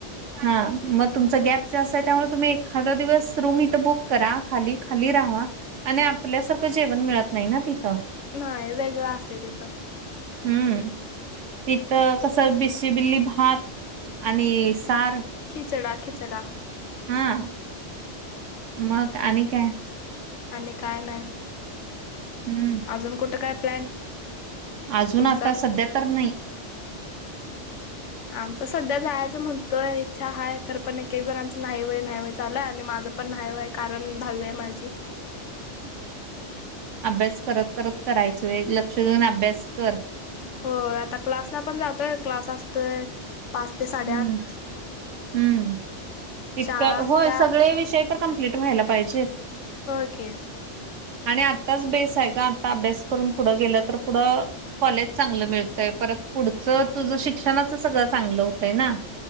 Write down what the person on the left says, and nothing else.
नाही वेगळं असते तिथं
खिचडा खिचडा
आणि काय नाही.
अजून कुठं काय प्लॅन
तुमचा
आमच सध्या जायचं म्हणतोय इच्छा हाय खर पण एक एक जणांचं नाही होय नाही होय चाललंय आणि माझ <inaudible>
हो आता क्लासला पण जातोय क्लास असतोय पाच ते साडेआठ
शाळा असत्या
होय की